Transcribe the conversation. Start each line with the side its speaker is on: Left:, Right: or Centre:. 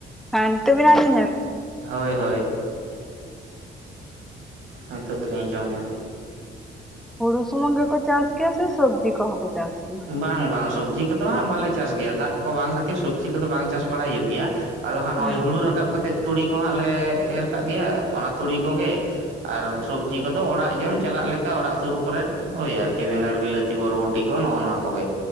Centre: ᱦᱟᱱ ᱱᱮᱛᱚᱜ ᱵᱮᱱ ᱟᱸᱡᱚᱢᱫᱟ
Right: ᱦᱳᱭ ᱦᱳᱭ ᱱᱤᱛᱚᱜ ᱫᱚᱞᱤᱧ ᱟᱸᱡᱚᱢᱮᱫᱼᱟ᱾
Centre: ᱦᱳᱲᱳ ᱥᱩᱢᱩᱝ ᱜᱮ ᱠᱚ ᱪᱟᱥ ᱜᱮᱭᱟ ᱥᱮ ᱥᱚᱵᱽᱡᱤ ᱠᱚᱦ ᱠᱚ ᱪᱟᱥ ᱜᱮᱭᱟ?
Right: ᱵᱟᱝ-ᱵᱟᱝ ᱥᱚᱵᱽᱡᱤ ᱠᱚᱫᱚ ᱦᱟᱸᱜ ᱵᱟᱞᱮ ᱪᱟᱥ ᱜᱮᱭᱟ ᱫᱟᱜ ᱠᱚ ᱵᱟᱝ ᱠᱷᱟᱹᱛᱤᱨ ᱥᱚᱵᱽᱡᱤ ᱠᱚᱫᱚ ᱵᱟᱝ ᱪᱟᱥ ᱵᱟᱲᱟᱭ ᱦᱩᱭᱩᱜ ᱜᱮᱭᱟ᱾ ᱟᱫᱚ ᱦᱟᱸᱜ ᱱᱚᱜᱼᱚᱭ
Centre: ᱦᱮᱸ
Right: ᱦᱩᱲᱩ ᱨᱟᱠᱟᱵ ᱠᱟᱛᱮᱫ ᱛᱩᱲᱤ ᱠᱚ ᱦᱟᱸᱜ ᱞᱮ ᱮᱨ ᱠᱟᱜ ᱜᱮᱭᱟ ᱚᱱᱟ ᱛᱩᱲᱤ ᱠᱚᱜᱮ᱾ ᱟᱨ ᱥᱚᱵᱽᱡᱤ ᱠᱚᱫᱚ ᱚᱲᱟᱜ ᱡᱚᱢ ᱪᱟᱞᱟᱜ ᱞᱮᱠᱟ ᱚᱲᱟᱜ ᱥᱩᱨ ᱠᱚᱨᱮᱫ ᱟᱨᱠᱤ ᱵᱮᱸᱜᱟᱲ, ᱵᱤᱞᱟᱹᱛᱤ ᱵᱚᱨᱵᱷᱚᱴᱤ ᱠᱚ, ᱱᱚᱜᱼᱚᱭ ᱱᱚᱣᱟ ᱠᱚᱜᱮ